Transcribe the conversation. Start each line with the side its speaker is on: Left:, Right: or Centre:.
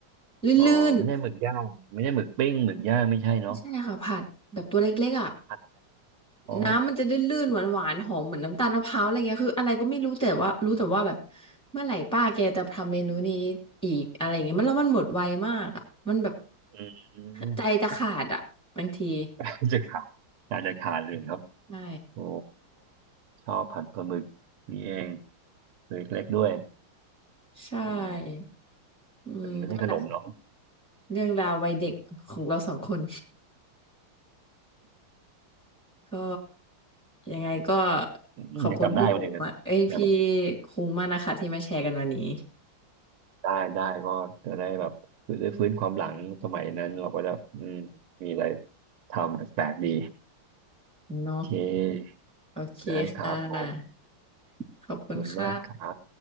Centre: ลื่นๆ
Right: อ๋อไม่ใช่หมึกย่าง ไม่ใช่หมึกปิ้งหมึกย่างไม่ใช่เนาะ
Centre: ใช่ค่ะผัดแบบตัวเล็กๆอ่ะ
Right: ผัดอ๋อ
Centre: น้ำมันจะลื่นๆหวานๆหอมเหมือนน้ำตาลมะพร้าวอะไรเงี้ยคืออะไรก็ไม่รู้แต่ว่ารู้แต่ว่าแบบเมื่อไหร่ป้าแกจะทำเมนูนี้อีกอะไรเงี้ยมันแล้วมันหมดไวมากอ่ะมันแบบ
Right: อืม
Centre: ใจจะขาดอ่ะบางที
Right: <laughs> จะขาดน่าจะขาดเลยครับ
Centre: ใช่
Right: โอ้ชอบผัดปลาหมึกนี่เองตัวเล็กๆด้วย
Centre: ใช่
Right: อืม
Centre: อืมนั่นแหละค่ะ
Right: แต่มันไม่ใช่ขนมเนาะ
Centre: เรื่องราววัยเด็กของเราสองคน <laughs> ก็ยังไงก็
Right: อืมยังจำได้วันอย่างนั้นจำแบบ
Centre: ขอบคุณพี่โบมากเอ้ยพี่คุ้งมากนะคะที่มาแชร์กันวันนี้
Right: ได้ได้ก็จะได้แบบได้ฟื้นความหลังสมัยนั้นเราก็จะอืมมีอะไรทำแปลกๆดี
Centre: เนาะ
Right: โอเค
Centre: โอเคค่ะ
Right: ได้ครับผมขอบคุณมากครับ
Centre: ขอบคุณค่ะ